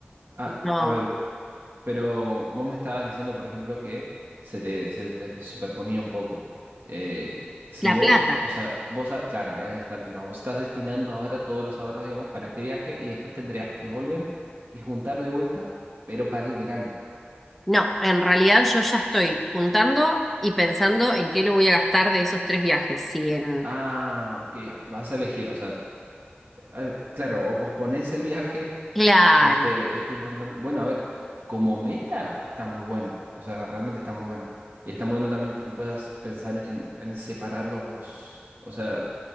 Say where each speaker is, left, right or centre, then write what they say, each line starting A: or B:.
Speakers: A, on the right; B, in the centre.
A: Ah,
B: No,
A: a ver, Pero vos me estabas diciendo, por ejemplo, que se te, se te superponía un poco. Eh, si
B: La
A: vos,
B: Plata.
A: o sea, vos, a- claro, eh, ahí está el tema. Vos estás destinando ahora todos los ahorros, digamos, para este viaje y después tendrías que volver y juntar de vuelta, pero para el verano.
B: No, en realidad yo ya estoy juntando y pensando en qué lo voy a gastar de esos tres viajes. Si en
A: Ah, ok, ya, vas a elegir, o sea, eh, claro, o posponés el viaje
B: Claro.
A: Este, este importante. Bueno, a ver, como meta está muy bueno. O sea, realmente está muy bueno. Y está muy bueno también que puedas pensar en, en separarlos. O sea,